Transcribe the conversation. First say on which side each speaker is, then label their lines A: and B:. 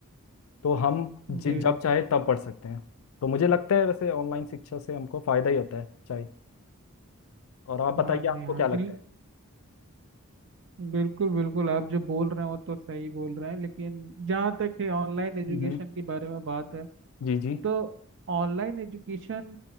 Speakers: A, on the left; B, on the right.
A: तो हम जि-
B: जी
A: जब
B: जी
A: चाहे तब पढ़ सकते हैं तो मुझे लगता है वैसे ऑनलाइन शिक्षा से हमको फायदा ही होता है चाहे और आप बताइए
B: हाँ जी
A: आपको
B: हाँ
A: क्या लगता
B: जी
A: है
B: बिल्कुल बिल्कुल आप जो बोल रहे हैं वो तो सही बोल रहे हैं लेकिन जहाँ तक है ऑनलाइन एजुकेशन
A: हम्म
B: के बारे में बात है
A: जी जी
B: तो ऑनलाइन एजुकेशन